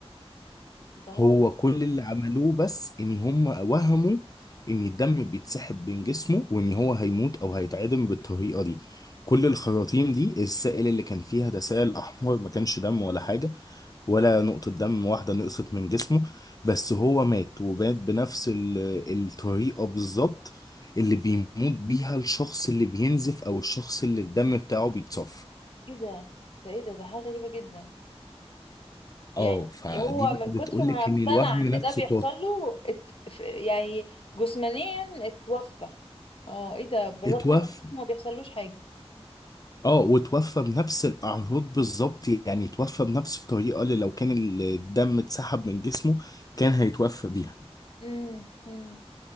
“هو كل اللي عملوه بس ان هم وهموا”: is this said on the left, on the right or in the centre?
Left